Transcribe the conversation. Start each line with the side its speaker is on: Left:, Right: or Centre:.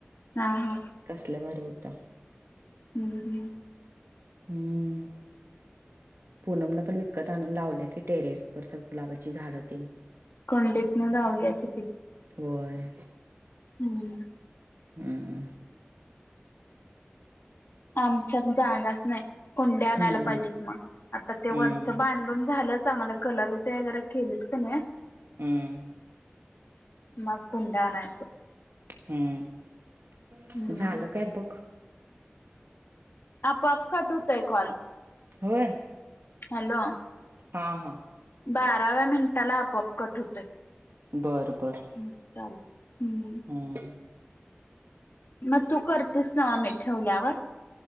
Left: हा हा.
Right: कसला भारी होत.
Left: हम्म हम्म.
Right: हम्म. पुनम न पण विकत आणून लावले की टेरेसवर सब गुलाबाची झाडतेन.
Left: कुंडीत न लावल्या किती.
Right: होय.
Left: हम्मं.
Right: हुम.
Left: आमच्यात जागाच नाही, कुंड्या आणायला
Right: हम्म
Left: पाहिजेत मग, आत्ता ते
Right: हम्म
Left: वरचं बांध बांधून झालं चांगलं, कलर ते जरा केलेत कनी.
Right: <inaudible>
Left: मग कुंड्या आणायचं?
Right: हम्म
Left: हम्म
Right: झालं काय बघ?
Left: आपोआप कट होतय कॉल.
Right: होय.
Left: हॅलो.
Right: हा हा.
Left: बाराव्या मिनिटाला आपोआप कट होतंय.
Right: बरं बरं.
Left: मग् चाल हम्म.
Right: हम्म.
Left: मग तु करतेस, नवे मी ठेवल्यावर.